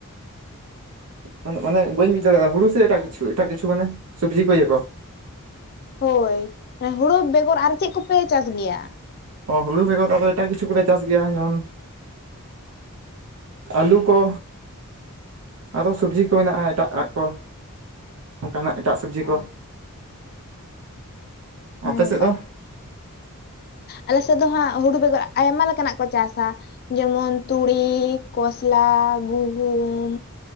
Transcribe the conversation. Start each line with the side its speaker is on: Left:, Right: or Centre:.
Right: ᱢᱟᱱᱮ ᱵᱟᱹᱧ ᱵᱩᱡ ᱫᱟᱲᱮᱫᱟ ᱦᱩᱲᱩ ᱥᱮ ᱮᱴᱟᱜ ᱠᱤᱪᱷᱩ ᱮᱴᱟᱜ ᱠᱤᱪᱷᱩ ᱢᱟᱱᱮ ᱥᱚᱵᱽᱡᱤ ᱠᱚ ᱤᱭᱟᱹ ᱠᱚ᱾
Left: ᱦᱳᱭ ᱦᱩᱲᱩ ᱵᱮᱜᱚᱨ ᱟᱨ ᱪᱮᱫ ᱠᱚᱯᱮ ᱪᱟᱥ ᱜᱮᱭᱟ?
Right: ᱚ ᱦᱩᱲᱩ ᱵᱮᱜᱚᱨ ᱟᱫᱚ ᱮᱴᱟᱜ ᱠᱤᱪᱷᱩ ᱠᱚᱞᱮ ᱪᱟᱥ ᱜᱮᱭᱟ ᱡᱮᱢᱚᱱ ᱟᱞᱩ ᱠᱚ ᱟᱫᱚ ᱥᱚᱵᱡᱤ ᱠᱚ ᱢᱮᱱᱟᱜᱼᱟ ᱮᱴᱟᱜᱟᱜ ᱠᱚ ᱚᱱᱠᱟᱱᱟᱜ ᱮᱴᱟᱜ ᱥᱚᱵᱡᱤ
Left: ᱚ
Right: ᱠᱚ
Left: ᱦᱮᱸ
Right: ᱟᱯᱮ ᱥᱮᱫ
Left: ᱛᱚ
Right: <unintelligible>
Left: ᱟᱞᱮ ᱥᱮᱫ ᱫᱚ ᱦᱟᱸᱜ ᱦᱩᱲᱩ ᱵᱮᱜᱚᱨ ᱟᱭᱢᱟ ᱞᱮᱠᱟᱱᱟᱜ ᱠᱚ ᱪᱟᱥᱟ ᱡᱮᱢᱚᱱ ᱛᱩᱲᱤ, ᱠᱷᱚᱥᱞᱟ, ᱜᱩᱸᱦᱩᱢ